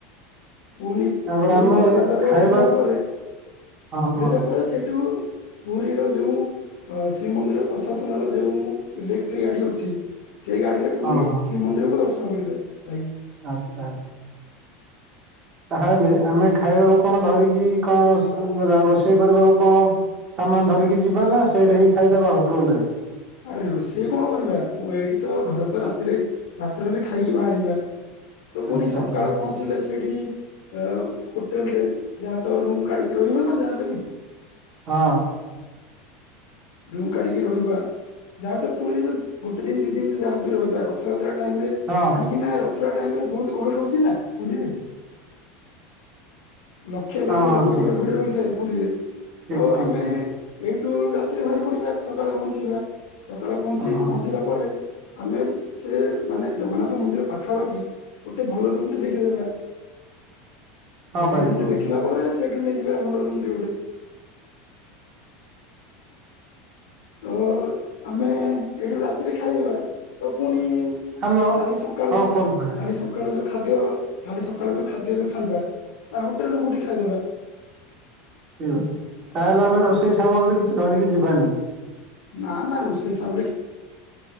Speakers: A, on the left; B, on the right.
A: ପୁଣି
B: ତାପରେ
A: ପୁରୀ
B: ଆମେ
A: ବଡ଼ଦାଣ୍ଡରେ
B: ଖାଇବା
A: ଉଲିଲା ପରେ
B: ହଁ
A: ଉଲିଲା
B: ହଁ
A: ପରେ ସେଇଠୁ ପୁରୀର ଯଉ ଶ୍ରୀମନ୍ଦିର ପ୍ରଶାସନର ଯେଉଁ ଇଲେକ୍ଟ୍ରିକ ଗାଡି ଅଛି ସେଇ ଗାଡି ରେ ପୁଣି
B: ହଁ ହଁ
A: ଶ୍ରୀମନ୍ଦିରକୁ ଦର୍ଶ <unintelligible>
B: ଆଚ୍ଛା। ତାହେଲେ ଆମେ ଖାଇବାକୁ କଣ ଧରିକି କଣ ରୋଷେଇ କରିବାକୁ କଣ ସାମାନ ଧରିକି ଯିବା ନା ସେଇଟା ହିଁ ଖାଇଦବା ହୋଟେଲ ରେ?
A: ଆରେ ରୋଷେଇ କ'ଣ କରିବା ପୁ- ଏଇଠି ତ ଘରେ ତ ରାତିରେ ରାତ୍ରରେ ଖାଇକି ବାହାରିବା। ତ ପୁଣି
B: ଆଚ୍ଛା
A: ସକାଳେ
B: ଠିକ ଅଛି
A: ପହଞ୍ଚିଲେ ସେଇଠି ଅ ହୋଟେଲ ରେ ଯାହା ତ ରୁମ କାଢିକି ରହିବ ନା ଯାହେଲେ ବି।
B: ହଁ।
A: ରୁମ କାଢିକି ରହିବା ଯାହା ତ ପୁରୀ ଗୋଟେ ଦିନ ଦି ଦିନ ଯାହା ବି ରହିବା ରଥଯାତ୍ରା ଟାଇମ ରେ
B: ହଁ
A: କାହିଁକି ନାଁ ପୁରା ଟାଇମ ରେ ବହୁତ ଗାହଳି ରହିଛି ନା ପୁରୀ ରେ ଲକ୍ଷ ଲକ୍ଷ
B: ହଁ ହଁ
A: ଲୋକଙ୍କର
B: ଠିକ
A: ଭିଡ ରହିଥାଏ ପୁରୀରେ
B: ଠିକ
A: ତ
B: ଠିକ
A: ଆମେ
B: ଠିକ ଠିକ
A: ଏଇ ଟୁର ରେ ବାହାରି ପଡିବା ସକାଳେ ପହଞ୍ଚିଯିବା। ସକାଳେ ପହଞ୍ଚିକି
B: ହଁ ହଁ
A: ପହଞ୍ଚିଲା ପରେ ଆମେ ସେ ମାନେ ଜଗନ୍ନାଥ ମନ୍ଦିର ପାଖାପାଖି ଗୋଟେ ଭଲ ରୁମ ଟେ ଦେଖିଦବା।
B: ହଁ
A: ଭଲ
B: ଭାଇ
A: ରୁମଟି
B: କୁହନ୍ତୁ
A: ଦେଖିଲା ପରେ ସେଇଠୁ ନେଇଯିବେ ଭଲ ରୁମ୍ ଟି ଗୋଟେ। ତ। ଆମେ ଏଇଠୁ ରାତିରେ ଖାଇଦେବା ତ ପୁଣି
B: ହ୍ୟାଲୋ
A: କାଲି ସକାଳ
B: ହଁ
A: ଯୋଉ
B: କୁହନ୍ତୁ ଭାଇ
A: କାଲି ସକାଳ ଯୋଉ ଖାଦ୍ୟ କାଲି ସକାଳେ ଯୋଉ ଖାଦ୍ୟ ଯୋଉ ଖାଇବା ତା ହୋଟେଲ ରେ କୋଉଠି ଖାଇଦବା।
B: ଠିକ୍ ଅଛି ତାହେଲେ ଆମେ ରୋଷେଇ ସାମଗ୍ରୀ କିଛି ଧରିକି ଯିବାନି?
A: ନା ନା ରୁସେଇ <unintelligible>